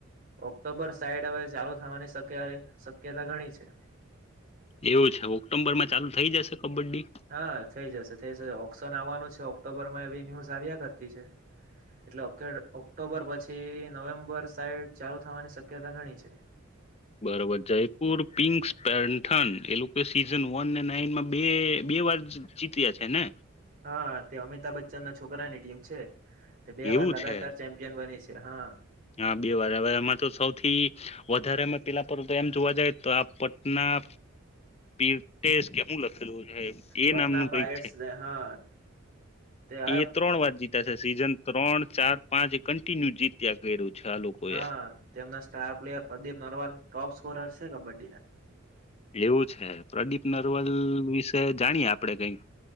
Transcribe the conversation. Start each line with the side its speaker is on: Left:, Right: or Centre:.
Right: ઓક્ટોબર સાઈડ હવે ચાલુ થવાની શક શક્યતા ઘણી છે
Left: એવું છે ઓક્ટો્બર માં ચાલુ થઈ જશે કબડ્ડી
Right: હા, થઈ જશે, થઈ જશે ઓક્શન આવવાનું છે ઓક્ટોબર માં એવી ન્યૂઝ આવ્યા કરતી છે, એટલે ઓક્ટોબર પછી નવેમ્બર સાઈડ ચાલુ થવાની શક્યતા ગણી છે
Left: બરોબર, જયપુર પિંકસ પેથન એ સીઝન, વન ને નાઈન માં બે બે વાર જીત્યા છે ને
Right: હા, તે અમિતાભ બચ્ચન ના છોકરાની ટીમ છે તે બે
Left: એવું
Right: વાર લગાતાર
Left: છે
Right: ચેમ્પિયન બની છે હા
Left: હા, બે વાર હવે એમાં તો સૌથી વધારે અમે પેલા પર એમ જોવા જાય તો આ પટના પીર્ટેેશ કે હું લખેલું છે, એ
Right: પટના
Left: નામનું કંઈક
Right: પાયરેટ્સ
Left: છે
Right: હા તે
Left: એ ત્રણ વાર જીતા છે સીઝન ત્રણ ચાર, પાંચ એ કન્ટિન્યુ જીત્યા કર્યું છે આ લોકોએ
Right: હા, તેમના star player Pradeep Narwal, top score છે કબડ્ડી ના
Left: એવું છે પ્રદીપ નરવલ વિશ તે જાણીએ આપડે કઈક